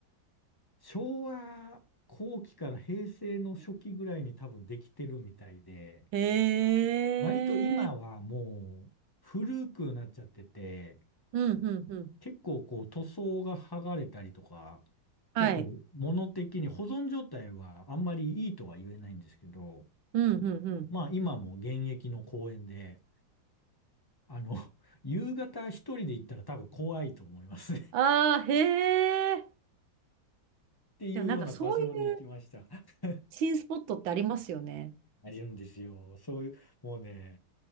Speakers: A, on the left; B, on the right.
A: 昭和後期から平成の初期ぐらいに多分できてるみたいで、
B: へえ。
A: 割と今はもう古くなっちゃってて、
B: うん、うん、うん。
A: 結構こう塗装が剥がれたりとか、
B: はい。
A: ちょっと物的に保存状態はあんまりいいとは言えないんですけど、
B: うん、うん、うん。
A: まあ今も現役の公園で、あの、<laughs> 夕方一人で行ったら多分怖いと思いますね
B: ああ、へえ。
A: っていうような場所に行きました。
B: でもなんかそういう
A: <laughs>
B: 新スポットってありますよね。
A: あるんですよ。そういう、もうね、